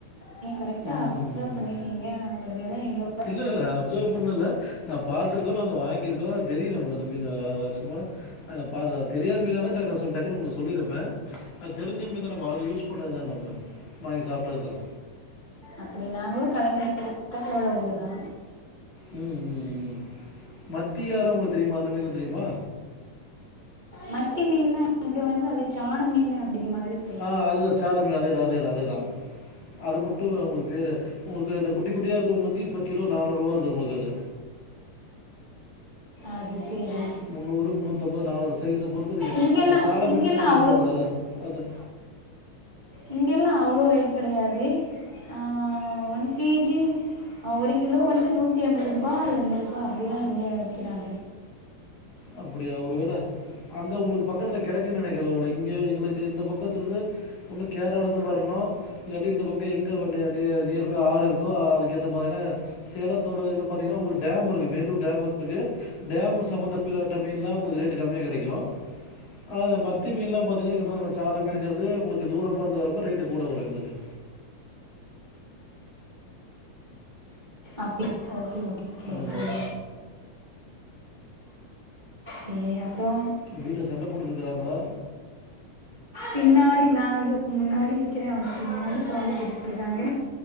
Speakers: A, on the right; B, on the left.
A: நீங்க கரெக்ட்டா
B: ம்,
A: அப்சர்வ்
B: ம், ம்.
A: பண்ணிருக்கரீங்க ஒரு வேள எங்கோ
B: இல்ல இல்ல அப்சர்வ் பண்ணல நா பாத்துருக் எதோ நாங்க வாங்கியிருக்கோ தெரியு நமக்கு அந்த மீன் வருஷம் பூரா அத நா பாக்கர தெரியாத மீனா இருந்தா டக் நா டக்குனு உங்களுக்கு நா சொல்லிருப்ப அ தெரி்ஞ்ச மீன் தான் மறுபடி யூஸ் பண்ணதா நம்ம வாங்கி சாப்டதுதா
A: அப்டி நாங்களு <inaudible> பக்கத்துல உள்ள ஊருதா
B: ம் ம் ம் மத்தியால உங்களுக்கு தெரியுமா அந்த மீன தெரியுமா
A: மத்தி மீன்னா இங்க வந்து அத சான மீனு அப்படிங்கற மாரி சொல்
B: ஆ அதுதா சால மீன் அதேதா அதேதா அதேதா அது மட்டு உங்களுக்கு பேரு உங்களுக்கு இந்த குட்டி குட்டியா இருக்கவங்களுக்கு இப்போ கிலோ நானூறு ரூவா வருது உங்களுக்கு அது
A: அது சேரி
B: முன்னூறு முன்னூத்தம்பது நாநூறு சைச பொறுத்து இருங்க
A: இங்கெல்லாம்
B: சால மீனு
A: இங்கெல்லாம்
B: சொல்றீங்களா உங்களுக்கு அது அத
A: இங்கெல்லா அவ்ளோ ரேட் கெடையாதே ஆ ஒன் கேஜி அ ஒரு கிலோ வந்து நூற்தி ஐம்பது ரூபா எரநூறு ரூபா அப்டிதா இங்க விக்குறாங்க
B: அப்டிய ஒருவேல அங்க உங்களுக்கு பக்கத்துல கெடைக்குனு நெனைக்கற ஒருவேட இங்க எங்களுக்கு இந்த பக்கத்துல இருந்து ஒன்னு கேரளாலேருந்து வரணு இல்லாட்டி இந்த பக்கோ எங்க நீ நீ நீர் ஆறு இருக்கோ அதுக்கேத்த மார சேலத்தோட இதுல பாத்தீங்கன்னா உங்களுக்கு டேம் இருக்கு மேட்டூர் டேம் இருக்கு டேம்மு சம்பந்த சம்பந்தப்பட்ட மீனெல்லா உங்களுக்கு ரேட்டு கம்மியா கெடைக்கு அ இந்த மத்தி மீன்லா பாத்தீங்கன்னா இங்கதான் இந்த சால மீன்ங்கறது உங்களுக்கு தூரமா இருந்து வறப்போ ரேட்டு் கூட வரு எங்களுக்கு
A: அப்டி ஓகே ஓகே ஓகே
B: அந்த
A: ஓகே
B: மாதிரி
A: கே அப்ரோ
B: உங்க வீட்ல சண்ட போட்டுட்ருக்கறாங்களா
A: பின்னாடி நாங்க முன்னாடி நிக்கிறே அவங்க பின்னாடி சவுண்ட போட்டுட்ருக்காங்க